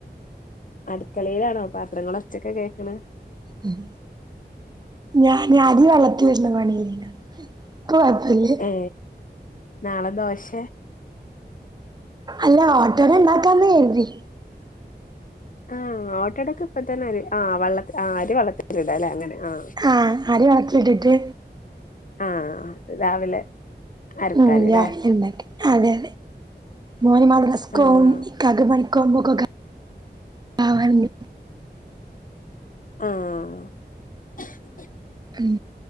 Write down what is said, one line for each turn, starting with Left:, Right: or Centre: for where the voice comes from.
Left: അടുക്കളേലാണോ പാത്രങ്ങളൾൊച്ചൊക്കെ കേൾക്കണ്
Right: ഉം ഞാൻ ആദ്യ വളത്തി വരണ പണിയലില്ല. നെക്ക് കൊഴപ്പല്ലേ?
Left: ഏ നാളെ ദോശ
Right: അല്ല ഓട്ടോഡ ഉണ്ടാക്കാന്ന് കരുതി
Left: ആഹ ഓട്ടടക്ക ഇപ്പ തന്നെ അ ആ വള്ള ആ അരി വള്ളത്തി ഇടല്ലേ അങ്ങനെ ആ്
Right: ആഹ അരി വെള്ളത്തിലിറ്റിട്ട്
Left: ആഹ രാവിലെ അരക്കാന്ല്ലേ
Right: ഉ രാവിലെ ഉണ്ടാക്കെ അതെ മോൻ മുദ്രസ്ക്
Left: ആഹ്
Right: പോവും ഇക്കാക്ക് പണി പോവുമ്പോക്കെ പാവണ്ട്
Left: ആഹ
Right: ഉം